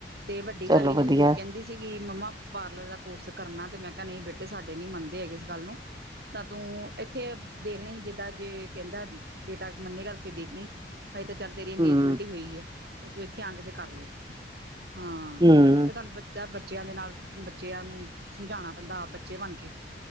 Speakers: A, on the right; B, on the right.
A: ਤੇ ਵੱਡੀ
B: ਚਲੋ
A: ਵਾਲੀ
B: ਵਧੀਆ
A: ਕਹਿੰਦੀ ਸੀਗੀ- ਮੰਮਾ ਪਾਰਲਰ ਦਾ ਕੋਰਸ ਕਰਨਾ ਤੇ ਮੈਂ ਕਿਹਾ ਨਹੀਂ ਬੇਟਾ- ਅਤੇ ਸਾਡੇ ਨਹੀਂ ਮੰਨਦੇ ਹੈਗੇ ਇਸ ਗੱਲ ਨੂੰ, ਤਾਂ ਤੂੰ ਇੱਥੇ ਦੇਖ ਲਈ ਜਿੱਦਾਂ, ਜੇ ਕਹਿੰਦਾ ਬੇਟਾ ਮੰਨੇਗਾ ਤਾਂ ਫਿਰ ਦੇਖ ਲਈ। ਹਜੇ ਤਾਂ ਚੱਲ ਤੇਰੀ ਅੰਗੇਜਮੈਂਟ
B: ਹੂੰ
A: ਹੀ ਹੋਈ ਹੈ। ਤੇ ਤੂੰ ਇੱਥੇ ਆਣ ਕੇ ਫਿਰ ਕਰ ਲਈ। ਹਾਂ
B: ਹੂੰ
A: ਤੇ ਤੁਹਾਨੂੰ ਬਚਾ ਬੱਚਿਆਂ ਦੇ ਨਾਲ ਬੱਚਿਆਂ ਨੂੰ ਸਮਝਾਉਣਾ ਪੈਂਦਾ ਆਪ ਬੱਚੇ ਬਣ ਕੇ।